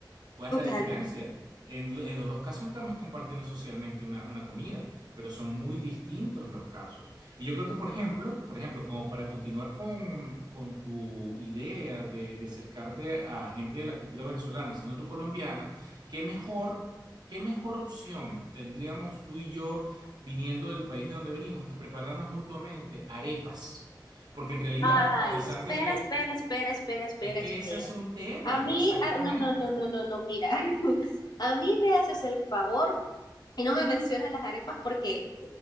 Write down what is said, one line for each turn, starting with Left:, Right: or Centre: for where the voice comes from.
Right: ¿Cuál es
Left: Total.
Right: la diferencia? En, lo- en los dos casos estamos compartiendo socialmente una, una comida, pero son muy distintos los casos. Y yo creo que, por ejemplo, por ejemplo, como para continuar con, con tu idea de, de acercarte a gente de la cultura venezolana, sino tu colombiana, ¿qué mejor, qué mejor opción tendríamos tú y yo viniendo del país de donde venimos que prepararnos mutuamente arepas? Porque en realidad,
Left: Ay,
Right: a pesar
Left: espera,
Right: de que
Left: espera, espera, espera, espera,
Right: es que
Left: espera.
Right: ese es un tema,
Left: A mí,
Right: exactamente.
Left: ah, no, no, no, no, no, no, mira. <laughs> A mí me haces el favor Y no me mencionas las arepas porque